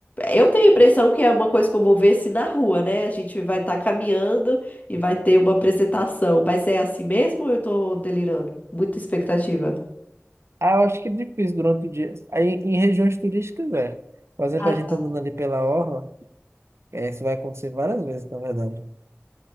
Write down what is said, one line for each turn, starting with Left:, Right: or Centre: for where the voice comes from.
Left: Eu tenho a impressão que é uma coisa que eu vou ver assim na rua, né? A gente vai estar caminhando e vai ter uma apresentação. Mas é assim mesmo ou eu tô delirando? Muita expectativa.
Right: Ah, eu acho que é difícil durante o dia. Aí, em regiões turísticas, é. Por exemplo,
Left: Ah,
Right: a gente andando ali pela orla, é, isso vai acontecer várias vezes, na verdade. O